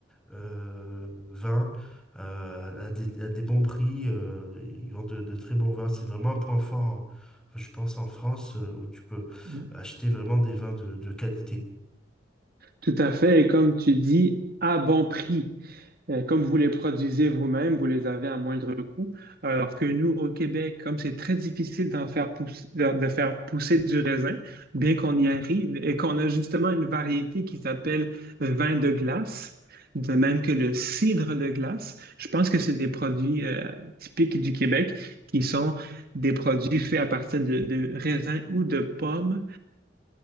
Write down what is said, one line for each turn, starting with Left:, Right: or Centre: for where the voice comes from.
Centre: euh, vin euh, à des, à des bons prix. euh, ils vendent de, de très bons vins. C'est vraiment un point fort, en- je pense, en France euh, où tu peux
Right: Mhm.
Centre: acheter vraiment des vins de, de qualité.
Right: Tout à fait, et comme tu dis, à bon prix. Euh, Comme vous les produisez vous-même, vous les avez à moindre coût. Alors que nous, au Québec, comme c'est très difficile d'en faire pousser, de de faire pousser du raisin, bien qu'on y arrive et qu'on a justement une variété qui s'appelle vin de glace, de même que le cidre de glace, je pense que c'est des produits euh, typiques du Québec qui sont des produits faits à partir de, de raisins ou de pommes